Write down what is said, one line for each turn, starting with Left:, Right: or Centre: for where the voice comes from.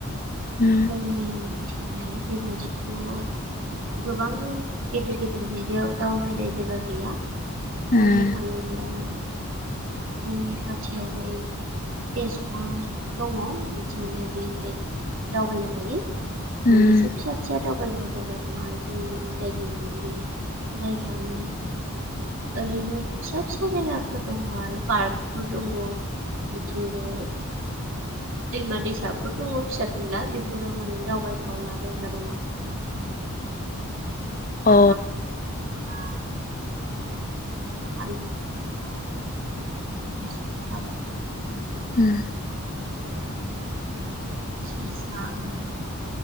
Left: उम
Right: जोंनि थिं जायि बेबायदिथ गोबां गेदेर गेदेर <unintelligible> दावबायनाय जायगा गैया
Left: उम
Right: बुंनो थाङोल्बा जोंनि खाथियावहाय तेजपुर दंङ बिथिंनो बेहाय दावबायनो हायो मोननैसो
Left: उम
Right: फिसा फिसा दावबायग्रा जायगा दं आरो जोंनि जायगायावनो बे जायगायावनो ओरैनो फिसा फिसा जायगाफोर दंङ आरो पार्कफोर दंङ बिथिंजाय दैमा दैसाफोर दङ फिसा फिला बेफोराव माने दावबायथावना जायगा दं आरो <unintelligible>
Left: औ
Right: <unintelligible>
Left: होम
Right: <unintelligible> मोनसे